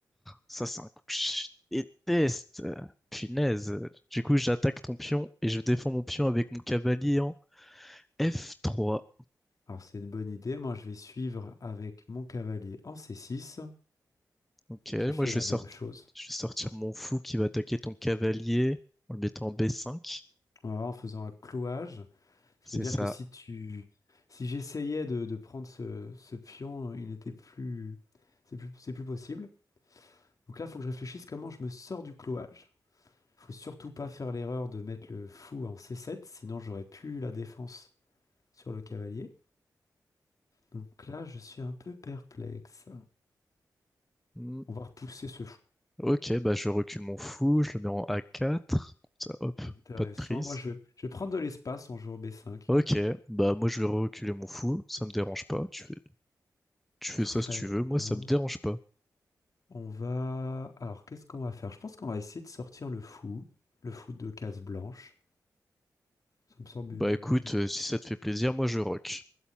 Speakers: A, in the centre; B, on the left.
A: Ça, c'est un coup que je déteste. Punaise. Du coup, j'attaque ton pion et je défends mon pion avec mon cavalier en F3.
B: Alors c'est une bonne idée. Moi, je vais suivre avec mon cavalier en C6
A: Ok,
B: qui fait
A: moi je
B: la
A: vais sortir,
B: même chose.
A: je vais sortir mon fou qui va attaquer ton cavalier en le mettant en B5.
B: Voilà, en faisant un clouage, ce
A: C'est
B: qui veut dire
A: ça.
B: que si tu, si j'essayais de, de prendre ce, ce pion, il n'était plus, c'est plus, c'est plus possible. Donc là, il faut que je réfléchisse comment je me sors du clouage. Faut surtout pas faire l'erreur de mettre le fou en C7, sinon j'aurais plus la défense sur le cavalier. Donc là, je suis un peu perplexe.
A: Hmm.
B: On va repousser ce fou.
A: Ok, bah je recule mon fou, je le mets en A4. Comme Ça, hop,
B: Intéressant.
A: pas de prise.
B: Moi, je vais, je vais prendre de l'espace en jouant B5.
A: Ok, bah moi je vais reculer mon fou, ça me dérange pas. Tu fais, tu fais
B: Très
A: ça si tu veux, moi
B: bien.
A: ça me dérange pas.
B: On va. Alors, qu'est-ce qu'on va faire? Je pense qu'on va essayer de sortir le fou, le fou de case blanche. Ça me semble
A: Bah
B: une
A: écoute,
B: bonne idée.
A: euh, si ça te fait plaisir, moi je rock.